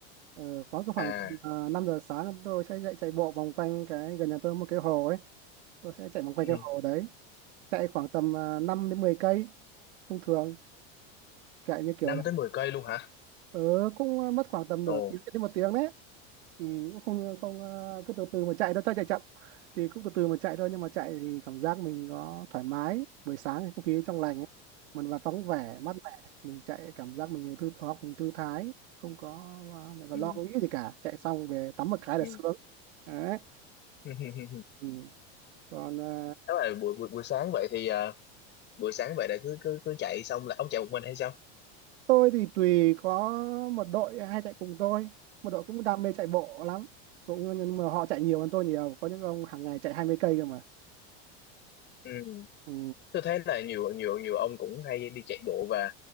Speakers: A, on the right (about 85°); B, on the left (about 35°).
A: Ờ, khoảng cứ khoảng
B: à
A: uh, 5 giờ sáng tôi sẽ chạy chạy bộ vòng quanh cái gần nhà tôi có một cái hồ ấy. Tôi sẽ chạy vòng quanh
B: ừ.
A: cái hồ đấy, chạy khoảng tầm uh, 5 đến 10 cây thông thường, chạy như kiểu
B: 5 tới 10 cây luôn hả
A: ừ, cũng ờ, mất khoảng tầm nửa
B: ồ
A: tiếng đến một tiếng đấy ừ, cũng không không ờ, cứ từ từ mà chạy đâu cho chạy chậm thì cũng từ từ mà chạy thôi nhưng mà chạy thì cảm giác mình có thoải mái buổi sáng thì không khí trong lành ấy. mình và vắng vẻ mát mẻ mình chạy cảm giác mình thư đầu mình thư thái không có ờ, mình còn
B: ừ.
A: lo nghĩ gì cả chạy xong về tắm một cái là
B: Ừ.
A: <laughs> sướng đấy
B: <laughs>
A: ừ. còn à,
B: Nếu mà buổi buổi buổi sáng vậy thì ờ, buổi sáng vậy là cứ cứ cứ chạy xong là ông chạy một mình hay sao?
A: tôi thì tùy có một đội hay chạy cùng tôi một đội cũng đam mê chạy bộ lắm cũng nhưng mà họ chạy nhiều hơn tôi nhiều có những ông hàng ngày chạy 20 cây cơ mà
B: Ừ. Ừ.
A: ừ.
B: Tôi thấy là nhiều nhiều nhiều ông cũng hay đi chạy bộ và